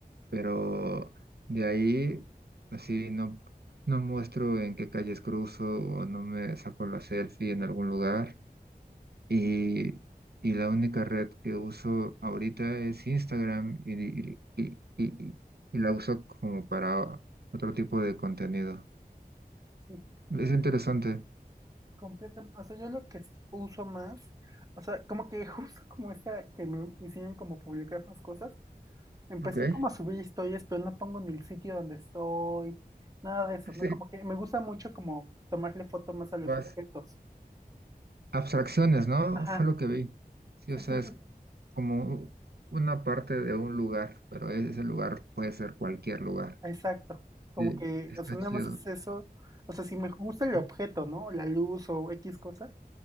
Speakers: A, on the right (about 85°); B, on the right (about 20°).
A: pero de ahí así no, no muestro en qué calles cruzo o no me saco la selfie en algún lugar. Y, y la única red que uso ahorita es Instagram y, y, y- y- y- y la uso como para otro tipo de contenido.
B: Sí,
A: Es interesante.
B: completamente. O sea, yo lo que s- uso más, o sea, como que <laughs> justo como esta que me hicieron como publicar más cosas, empecé
A: Ok. <laughs>
B: como a subir historias, pero no pongo ni el sitio donde estoy, nada de eso, ¿no?
A: Sí,
B: Como que me gusta mucho como tomarle foto más a los
A: más
B: objetos.
A: abstracciones, ¿no?
B: Ajá,
A: Fue lo que vi. Sí,
B: sí,
A: o sea,
B: sí, sí.
A: es como una parte de un lugar, pero ese lugar puede ser cualquier lugar.
B: Exacto, como
A: Sí,
B: que,
A: está
B: o sea, nada
A: chido.
B: más es eso, o sea, si me gusta el
A: Sí,
B: objeto, ¿no? La luz o X cosa,